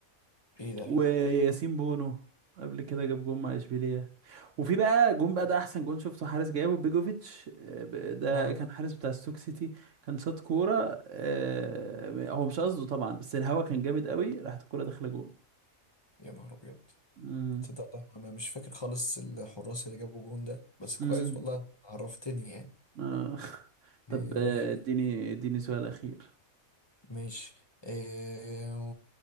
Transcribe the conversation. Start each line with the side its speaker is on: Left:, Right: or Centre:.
Left: ايه ده
Right: وياسين بونو قبل كده جاب جون مع اشبيليه وفي بقى جون بقى ده احسن جون شفته حارس جابه بيجوفيتش آه، ب- ده
Left: اه
Right: كان حارس بتاع ستوك سيتي كان شاط كوره آه، هو مش قصده طبعا بس الهوا كان جامد قوي راحت الكوره داخله جون
Left: يا نهار ابيض
Right: مم.
Left: تصدق والله ما مش فاكر خالص الحراس اللي جابوا الجون ده بس كويس
Right: مم.
Left: والله عرفتني يعني
Right: آه. <laughs> طب
Left: إيه
Right: آه، اديني اديني سؤال اخير
Left: ماشي إيه